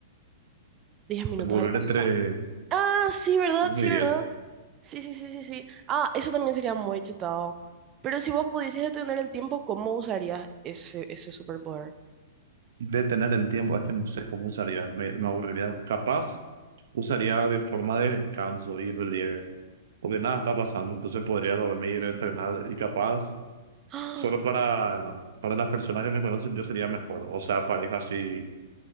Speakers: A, on the right; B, on the right.
A: Diez minutos
B: Volver
A: al pasado.
B: entre
A: Ah, sí, ¿verdad?
B: uno
A: Sí,
B: y
A: ¿verdad?
B: diez
A: Sí, sí, sí, sí, sí. Ah, eso también sería muy chetado. Pero si vos pudieses detener el tiempo, ¿cómo usarías ese, ese superpoder?
B: Detener el tiempo, es que no sé cómo usaría, me, me aburriría. Capaz, usaría de forma de descanso, ir libre, porque nada está pasando, entonces podría dormir, entrenar, y capaz,
A: ¡Ah!
B: solo para, para las personas que me conocen, yo sería mejor. O sea, pareja así